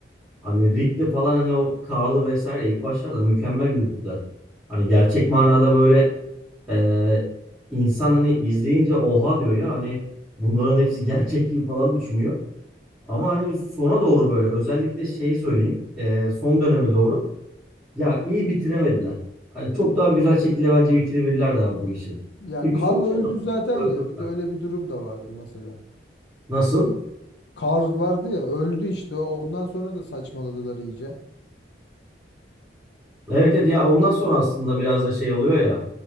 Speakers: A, in the centre; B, on the left.
A: Hani Rick'le falan hani o Karl'ı vesaire ilk başlarda mükemmel yürüttüler. Hani gerçek manada böyle e, insan hani izleyince oha diyor ya hani bunların hepsi gerçek gibi falan düşünüyor. Ama hani sona doğru böyle özellikle şey söyleyeyim e, son döneme doğru ya iyi bitiremediler. Hani çok daha güzel şekilde bence bitirebilirlerdi abi bu işi.
B: Ya
A: Çünkü çok
B: Carl öldü
A: şey yaptılar.
B: zaten
A: Öldürdüler.
B: ya. Bir de öyle bir durum da vardı mesela.
A: Nasıl?
B: Carl vardı ya öldü işte. Ondan sonra da saçmaladılar iyice.
A: Evet evet ya ondan sonra aslında biraz da şey oluyor ya.